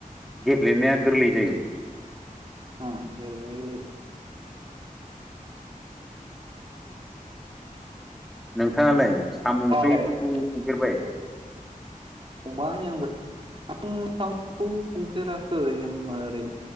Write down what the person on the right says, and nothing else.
हम गेबेलेनाया गेबेलेयो।
गोरलैयो
संबाय आंबो आं साम'खौ संफेराखै ओ मारै